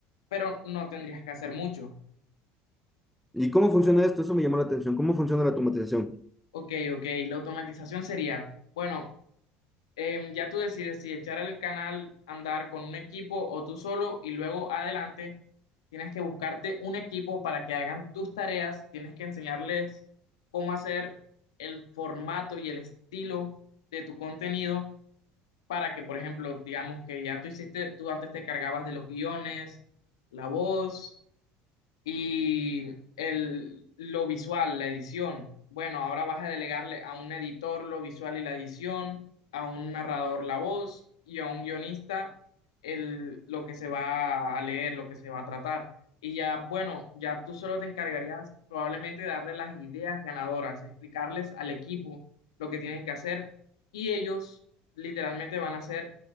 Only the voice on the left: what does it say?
pero no tendrías que hacer mucho.
Ok, ok, la automatización sería, bueno, em, ya tú decides si echar el canal, andar con un equipo o tú solo y luego adelante tienes que buscarte un equipo para que hagan tus tareas, tienes que enseñarles cómo hacer el formato y el estilo de tu contenido para que, por ejemplo, digamos que ya tú hiciste, tú antes te cargabas de los guiones, la voz, y el, lo visual, la edición. Bueno, ahora vas a delegarle a un editor lo visual y la edición, a un narrador la voz y a un guionista el, lo que se va a leer, lo que se va a tratar. Y ya, bueno, ya tú solo te encargarías probablemente de darle las ideas ganadoras, explicarles al equipo lo que tienen que hacer y ellos literalmente van a hacer